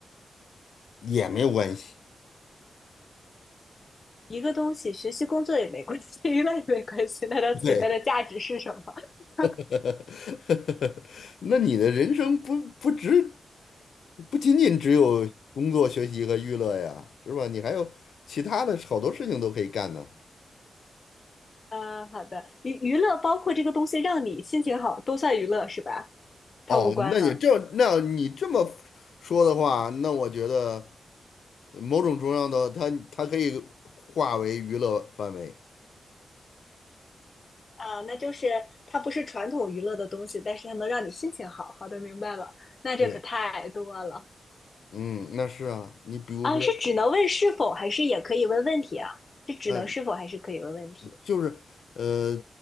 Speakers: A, on the left; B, on the left.
A: 也没有关系。
B: 一个东西学习工作也没关系，<laughs> 娱乐也没关系，那它存在的价值是什么？
A: 对，
B: <laughs>
A: <laughs> 呵呵呵，那你的人生不不只不仅仅只有工作、学习和娱乐呀，是吧？你还有其他的好多事情都可以干呢。
B: 呃，好的，娱娱乐包括这个东西让你心情好，都算娱乐是吧？它无关哈。
A: 哦，那也这，那你这么说的话，那我觉得某种重要的它它可以化为娱乐范围。
B: 啊，那就是它不是传统娱乐的东西，但是它能让你心情好。好的，明白了。那这可太多了
A: 对，嗯，那是啊，你比如说，
B: 啊！是只能问是否，还是也可以问问题啊？是只能是否，
A: 哎，
B: 还是可以问问题？
A: 就是呃，